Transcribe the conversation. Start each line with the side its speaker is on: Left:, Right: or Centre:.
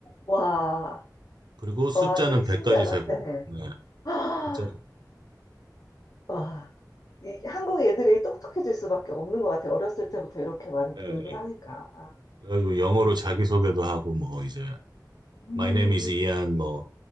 Left: 와,
Right: 그리고 숫자는
Left: 와, 되게 신기하다.
Right: 100까지 세고,
Left: 네.
Right: 네.
Left: <gasps>
Right: 숫자,
Left: 와, 이 한국 애들이 똑똑해질 수밖에 없는 것 같아요. 어렸을 때부터 이렇게 많이
Right: 네
Left: 교육을
Right: 네.
Left: 하니까. 아,
Right: 그래가지고 영어로
Left: 아,
Right: 자기소개도 하고 뭐 이제
Left: 음.
Right: My name is Ian, 뭐